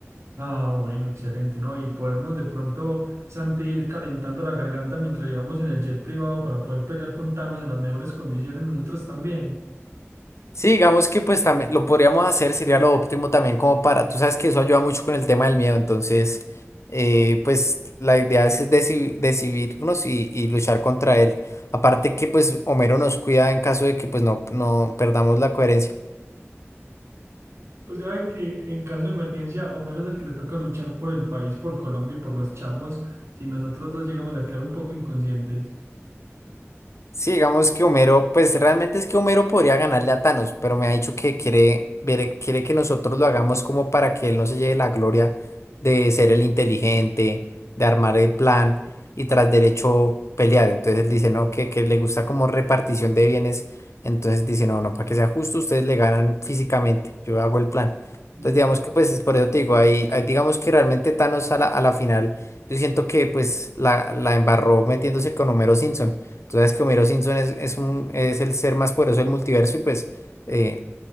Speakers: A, on the right (about 70°); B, on the left (about 70°).
A: Ah, bueno, excelente, ¿no? Y podemos de pronto, Santi, ir calentando la garganta mientras llegamos en el jet privado para poder pelear con Thanos en las mejores condiciones nosotros también.
B: Sí, digamos que pues también lo podríamos hacer, sería lo óptimo también como para, tú sabes que eso ayuda mucho con el tema del miedo, entonces eh, pues la idea es deci- decidirnos y, y luchar contra él. Aparte que pues Homero nos cuida en caso de que pues no, no perdamos la coherencia.
A: O sea, de que en caso de emergencia, o menos el que le toca luchar por el país, por Colombia y por los chamos, si nosotros dos llegamos a quedar un poco inconscientes.
B: Sí, digamos que Homero, pues realmente es que Homero podría ganarle a Thanos, pero me ha dicho que quiere, ver- quiere que nosotros lo hagamos como para que él no se lleve la gloria de ser el inteligente, de armar el plan y tras derecho pelear. Entonces él dice, no, que, que le gusta como repartición de bienes. Entonces dice, no, no, para que sea justo, ustedes le ganan físicamente, yo hago el plan.
A: Sí.
B: Entonces digamos que pues es por eso te digo, ahí, ahí digamos que realmente Thanos a la, a la final, yo siento que pues la, la embarró metiéndose con Homero Simpson. Entonces que Homero Simpson es, es un, es el ser más poderoso del multiverso y pues eh,